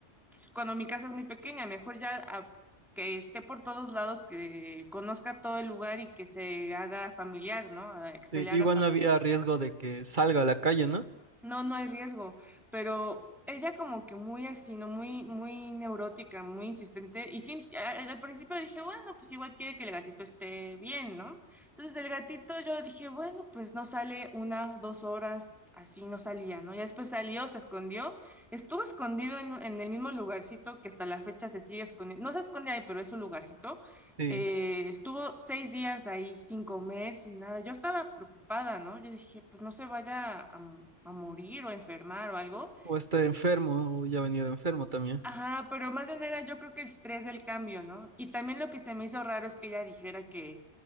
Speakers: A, in the centre; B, on the right (about 45°).
A: pues, cuando mi casa es muy pequeña, mejor ya a- que esté por todos lados, que conozca todo el lugar y que se haga familiar, ¿no? A- Que
B: Sí,
A: se le
B: igual
A: haga familiar
B: no había riesgo de que salga a la calle, ¿no?
A: no, no hay riesgo, pero ella como que muy así, ¿no? Muy, muy neurótica, muy insistente. Y sí, a- al, al principio dije, bueno, pues igual quiere que el gatito esté bien, ¿no? Entonces el gatito yo dije, bueno, pues no sale una, dos horas, así no salía, ¿no? Ya después salió, se escondió, estuvo escondido en, en el mismo lugarcito que hasta la fecha se sigue escondiendo. No se esconde ahí, pero es un lugarcito
B: Sí.
A: eh, estuvo seis días ahí sin comer, sin nada. Yo estaba preocupada, ¿no? Yo dije, pues no se vaya a, m- a morir o a enfermar o algo.
B: O esté enfermo, o ya ha venido enfermo también.
A: Ajá, pero más bien era yo creo que el estrés del cambio, ¿no? Y también lo que se me hizo raro es que ella dijera que